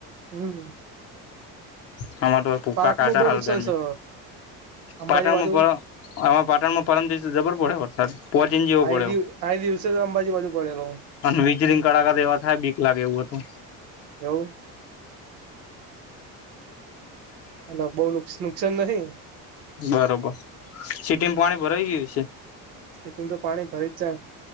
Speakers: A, on the right; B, on the left.
A: હમ
B: હ આર તો પુખકા
A: પાકમાં
B: કાઢ
A: બહુ
B: હાલગરમી
A: નુકસાન છે અંબાજી
B: પાટણમાં
A: બાજુ
B: આમાં પાટણમાં પરંદ દિવસ જબર પડે વરસાદ પોચીન જેવો
A: અહી
B: પડ્યો
A: દિવ અહી દિવસે તો અંબાજી બાજુ પડેલો
B: અને વીજળી કડાકા દ એવા થાય બીક લાગે એવું હતું
A: એવ અ બોઉ નુકસાન નહીં.
B: બરોબર, સીટીમાં પાણી ભરાઈ ગયું છે.
A: સિટીમમા તો પાણી ભરી જ જાય.